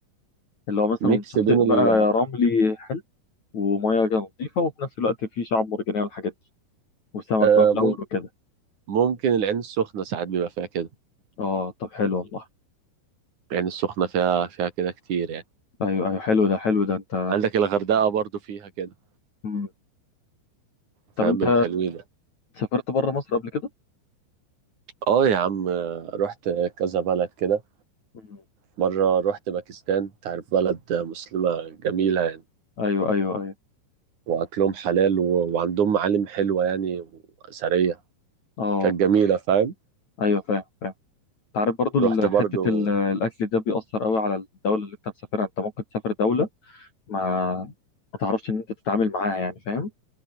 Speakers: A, on the left (about 40°); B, on the right (about 45°).
A: اللي هو مثلا
B: ميكس
A: شاطئ
B: بين
A: بقى رملي حلو ومياه نظيفة وفي نفس الوقت في شعاب مرجانية والحاجات دي وسمك
B: ال
A: بقى ملون وكده
B: ممكن العين السخنة ساعات بيبقى فيها كده
A: اه طب حلو والله
B: العين السخنة فيها فيها كده كتير يعني
A: ايوه ايوه حلو ده حلو ده انت
B: عندك الغردقة برضو فيها كده
A: مم.
B: فاهم
A: طب انت
B: بيبقوا حلوين يعني.
A: سافرت بره مصر قبل كده؟
B: اه يا عم رحت كذا بلد كده
A: مم.
B: مرة رحت باكستان تعرف بلد مسلمة جميلة يعني
A: ايوه ايوه ايوه
B: وأكلهم حلال و... وعندهم معالم حلوة يعني وأثرية
A: اه
B: كانت جميلة فاهم
A: ايوه فاهم فاهم انت عارف برضو ال-
B: رحت برضو
A: حتة ال- الاكل ده بيأثر قوي على الدولة اللي انت مسافرها انت ممكن تسافر دولة ما ما تعرفش ان انت تتعامل معاها يعني فاهم؟